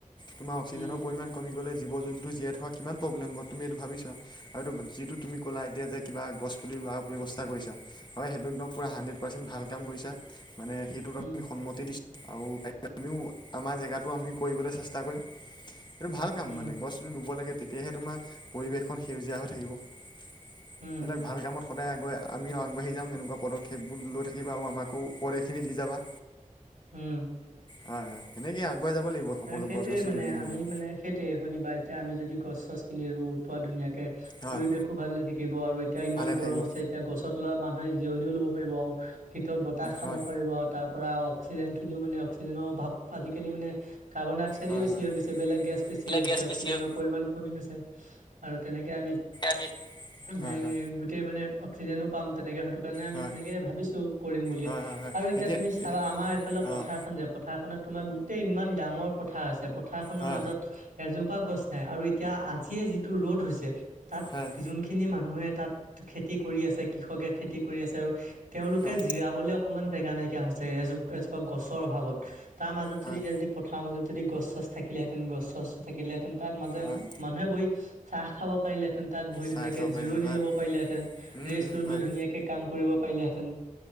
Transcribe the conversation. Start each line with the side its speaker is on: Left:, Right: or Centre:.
Left: তোমাৰ অক্সিজেনৰ
Right: উম
Left: পৰিমাণ কমি গলে জীৱ জন্তু জীয়াই থোৱা কিমান প্ৰব্লেম হ'ব তুম এইটো ভাবি চোৱা আৰু এইটো যিটো তুমি ক'লা এতিয়া যে কিবা গছ পুলি ৰোৱাৰ ব্যৱস্থা কৰিছা হয়, সেইটো একদম পুৰা হাণ্ড্ৰেড পাৰ্চেণ্ট ভাল কাম কৰিছা মানে সেইটোত
Right: উম
Left: আমি সন্মতি দিছোঁ আৰু আমিও আমাৰ জেগাটো আমি কৰিবলৈ চেষ্টা কৰিম। এইটো ভাল কাম
Right: উম
Left: মানে গছ পুলি ৰুব লাগে তেতিয়াহে তোমাৰ পৰিৱেশখন সেউজীয়া হৈ থাকিব।
Right: উম
Left: এটাক
Right: উম
Left: ভাল কামত সদায় আগুৱাই আমিও আগবাঢ়ি যাম এনেকুৱা পদক্ষেপবোৰ লৈ থাকিবা আৰু আমাকো উপদেশ খিনি দি যাবা।
Right: উম।
Left: হয়, হয় সেনেকে আগুৱাই যাব লাগিব। সকলো
Right: সেইটোৱে
Left: গছ গছনি
Right: মানে
Left: ৰুই
Right: আমি
Left: মেলি
Right: মানে সেইটোয়ে শুনিবা এতিয়া আমি যদি গছ গছপুলি ৰু পোৱা ধুনীয়াকে
Left: হয়
Right: পৰিবেশো ভালে থাকিব আৰু এতিয়া ইমান
Left: ভালে
Right: গৰম
Left: থাকিব
Right: হৈছে এতিয়া গছৰ তলোৱা মানুহে জিৰণিও ল'ব পাৰিব শীতল বতাহ খাব
Left: হয়
Right: পাৰিব তাৰ পৰা অক্সিজেনিনিও মানে অক্সিজেনৰ অাৱ আজিকালি মানে কাৰ্বনাই্স চেনে
Left: হয়
Right: বেছি
Left: হয়।
Right: হৈ গৈছে বেলেগ গেছ বেছি
Left: বোলে
Right: হৈ গৈছে
Left: গেছ
Right: অক্সিজেনৰ
Left: বেছি হৈ
Right: পৰিমাণ কমি গৈছে আৰু তেনেকে আমি
Left: আমি হয়
Right: হে
Left: হয়
Right: গোটেই মানে অক্সিজেনো পাম তেনেকে হয়তো সেই কাৰণে আমি
Left: হয়
Right: তেনেকে ভাবিছো কৰিম বুলি
Left: হয় হয় হয়
Right: আৰু এতিয়া তুমি চাবা
Left: এতিয়া
Right: আমাৰ এইফালে পথাৰখন
Left: অঁ
Right: যাব পথাৰখনত তোমাৰ গোট ইমান ডাঙৰ পথাৰ আছে পথাৰখনৰ
Left: হয়
Right: মাজত
Left: হয়
Right: এজোপা গছ নাই আৰু এতিয়া আজিয়ে যিটো ৰ'দ হৈছে তাত
Left: হয়
Right: যোনখিনি মানুহে তাত খেতি কৰি আছে কৃষকে খেতি কৰি আছে আৰু তেওঁলোকে
Left: হয়
Right: জিৰাবলৈ অকমান জেগা নাইকিয়া হৈছে এজো এজোপা গছৰ অভাৱত তাৰ মাজত
Left: হয়
Right: যদি এতিয়া যদি পথাৰৰ মাজত যদি গছ চছ থাকিলেহেঁতেন গছ চচ থাকিলেহেঁতেন তাত মাজে
Left: হয়
Right: মানুহে বহি চাহ খাব পাৰিলেতেন তাত বহি ধুনীয়াকে
Left: চাই খাব পাৰি
Right: জিৰণ
Left: হয়
Right: লব পাৰিলেহেঁতেন
Left: উম
Right: ৰেষ্ট
Left: উম হয়
Right: লৈ ধুনীয়াকে কাম কৰিব পাৰিলেহেঁতেন।